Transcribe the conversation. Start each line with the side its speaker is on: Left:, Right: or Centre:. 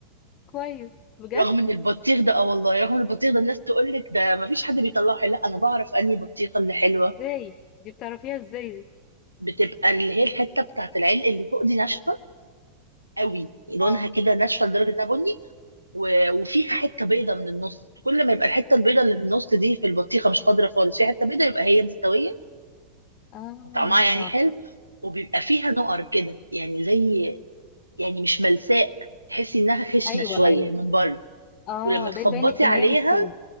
Left: كويس بجد
Right: رغم ان البطيخ ده اه والله رغم ان البطيخ ده الناس تقول لك ده ما فيش حد بيطلعه حلو لا انا بعرف انهي بطيخه اللي حلوه
Left: ازاي دي بتعرفيها ازاي دي
Right: بتبقى اللي هي الحته بتاعت العلق اللي فوق دي ناشفه قوي لونها
Left: اه
Right: كده ناشفه لدرجه انها بني و... وفيها حته بيضه من النص كل ما يبقى الحته البيضه اللي من النص دي في البطيخه مش خضره خالص في حته بيضه يبقى هي مستويه
Left: اه
Right: وطعمها يعني حلو وبيبقى فيها نقر كده يعني زي يعني مش ملساء تحسي انها خشنه
Left: ايوه
Right: شويه
Left: ايوه
Right: من بره
Left: اه
Right: ولما تخبطي
Left: ده يبين لك
Right: عليها
Left: ان هي مستوي